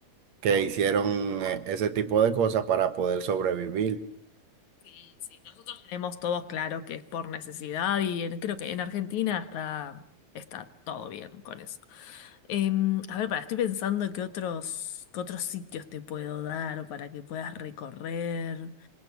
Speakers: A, on the right (about 65°); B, on the left (about 70°).
A: que hicieron eh, ese tipo de cosas para poder sobrevivir.
B: Sí, sí, nosotros tenemos... todos claro que es por necesidad y en- creo que en Argentina está, está todo bien con eso. Em, a ver, para, estoy pensando qué otros, qué otros sitios te puedo dar para que puedas recorrer.